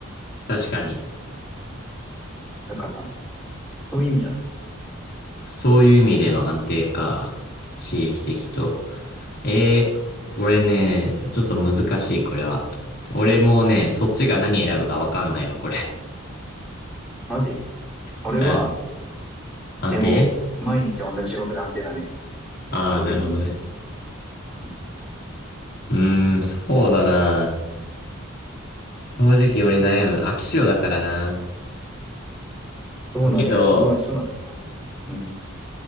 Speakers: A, on the left; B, in the centre.
A: 確かに。
B: だから、そういう意味じゃない。
A: そういう意味での安定か。刺激的と。
B: うん
A: えー、俺ね、ちょっと難しい、これは。俺もね、そっちが何選ぶかわかんないわ、これ。
B: マジ、俺は、
A: <laughs> うん。安定
B: え、もう、毎日同じ仕事で安定だね。
A: ああー、
B: 圧倒的に。
A: なるほどね。
B: うん
A: うーん、そうだな。正直俺悩む。飽き性だからな。
B: そうなんだよね。
A: けど、
B: 俺は一緒なんだけど。うん。